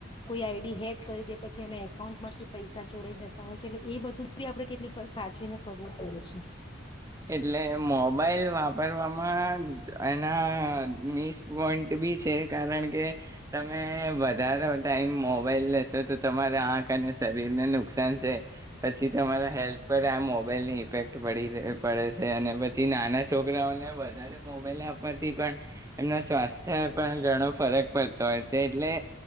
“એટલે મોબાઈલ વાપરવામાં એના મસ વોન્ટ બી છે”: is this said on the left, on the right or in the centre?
Right